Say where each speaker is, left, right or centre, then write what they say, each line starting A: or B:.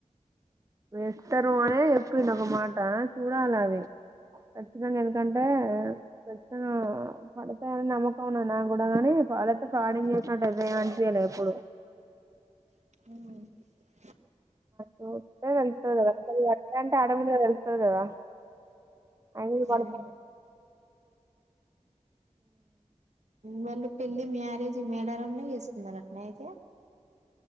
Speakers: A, on the right; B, on the right.
A: వేస్తారు అనే చెప్పి డు ఒక మాట చూడాల అవి కచ్చితంగా ఎందుకంటే ఖచ్చితంగా పడతాయని నమ్మకంన్నా నాకు కూడా గాని వాలతో చాటి, జి మ <inaudible> గ్ చేసినట్టుద అ చేయలే ఎప్పుడు
B: ఆ <inaudible>
A: చూస్తే తెలుస్తది కదా అయినా ఆటోమేటిక్గా తెలుస్తది కదా <inaudible>
B: అవును వాళ్ళు పెళ్లి మ్యారేజ్ మేడారంంలో చేస్తుకున్నారుట అయితే